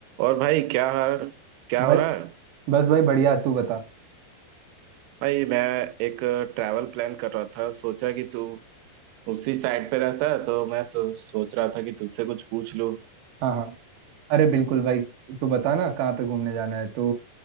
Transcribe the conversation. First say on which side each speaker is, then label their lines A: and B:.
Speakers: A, on the right; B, on the right.
A: और भाई क्या हाल क्या
B: भाई
A: हो रहा है
B: बस भाई बढ़िया तू बता
A: भाई मैं एक ट्रैवल प्लान कर रहा था सोचा कि तू उसी साइड पे रहता है तो मैं सो, सोच रहा था कि तुझसे कुछ पूछ लूं
B: हाँ हाँ अरे बिल्कुल भाई तू बता ना कहाँ पे घूमने जाना है तो